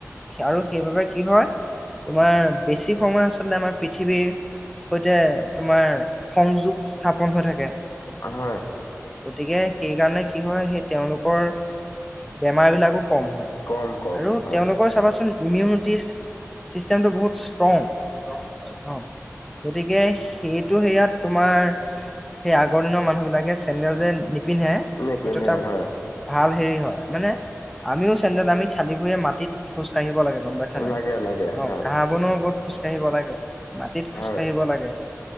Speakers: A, in the centre; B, on the left (about 65°).
A: আৰু সেইবাবে কি হয়, তোমাৰ বেছি সময় আচলতে আমাৰ পৃথিৱীৰ সৈতে তোমাৰ সংযোগ স্থাপন হৈ থাকে।
B: হয়।
A: গতিকে সেইকাৰণে কি হয়, সেই তেওঁলোকৰ বেমাৰ বিলাকো কম হয়।
B: কম কম
A: আৰু
B: হয়
A: তেওঁলোকৰ চাবাচোন ইমিউনিটিচ চিষ্টেমটো বহুত ষ্ট্ৰং। ষ্ট্ৰং হয়, অঁ গতিকে সেইটো সেইয়াত তোমাৰ সেই আগৰ দিনৰ মানুহ বিলাকে চেন্দেল যে নিপিন্ধে
B: নিপিন্ধে
A: সেইটো এটা
B: হয়
A: ভাল হেৰি হয়। মানে আমিও চেণ্ডেল আমি খালী ভৰিয়ে মাটিত খোজ কাঢ়িব লাগে, গ'ম পাইছা নাই?
B: লাগে
A: <unintelligible>
B: লাগে
A: অঁ
B: হয়
A: ঘাঁ <unintelligible> বনৰ ওপৰত খোজ কাঢ়িব লাগে, মাটিত খোজ
B: হয়
A: কাঢ়িব লাগে।